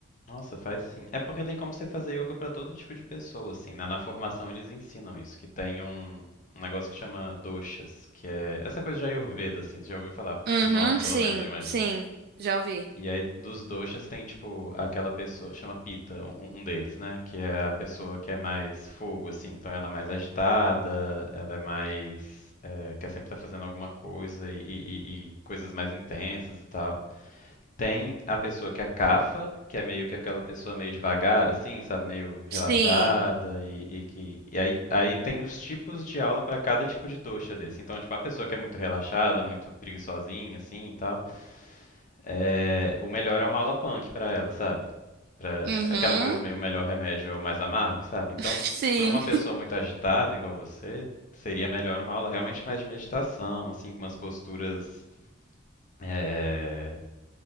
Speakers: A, on the left; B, on the right.
A: Nossa, faz sim. É porque tem como você fazer yoga pra todo tipo de pessoa, assim, né? Na formação eles ensinam isso, que tem um, um negócio que chama doshas, que é essa coisa de Ayurveda, assim, você já ouviu falar
B: Uhum,
A: de nome, pelo
B: sim,
A: menos, eu imagino.
B: sim. Já ouvi.
A: E aí dos doshas tem, tipo, aquela pessoa, chama Pita, um, um um deles, né? Que é a pessoa que é mais fogo, assim, então ela é mais agitada, ela é mais... É, quer sempre estar fazendo alguma coisa e, e- e- e coisas mais intensas e tal. Tem a pessoa que é cafa, que é meio que aquela pessoa meio devagar, assim, sabe, meio
B: Sim.
A: relaxada e, e que e aí, aí tem os tipos de aula para cada tipo de doxa desse. Então, tipo, a pessoa que é muito relaxada, muito preguiçosinha, assim e tal, é, o melhor é uma aula punk para ela, sabe? Pra,
B: Uhum.
A: é aquela coisa meio melhor remédio é o mais amargo, sabe? Então,
B: <laughs>
A: para uma
B: Sim.
A: pessoa muito agitada igual você, seria melhor uma aula realmente mais de meditação, assim, com umas posturas é,